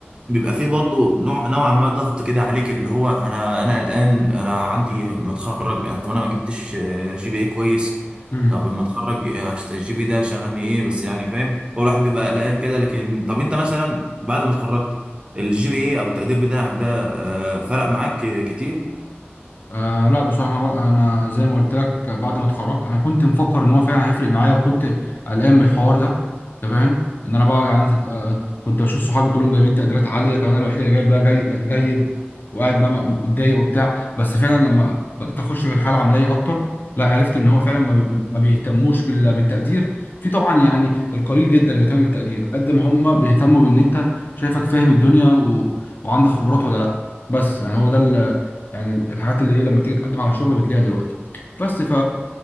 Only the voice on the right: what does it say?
بيبقى فيه برضه نوع نوعا ما ضغط كده عليك اللي هو انا انا قلقان انا عندي متخرج أنا- طب انا ما جبتش آه، جي بي اي كويس
طب لما اتخرج آه، هشت- الجي بي إيه ده شغلني ايه بس يعني فاهم هو الواحد بيبقى قلقان كده لكن طب انت مثلا بعد ما اتخرجت الجي بي اي او التقدير بتاعك ده آه، فرق معاك كتير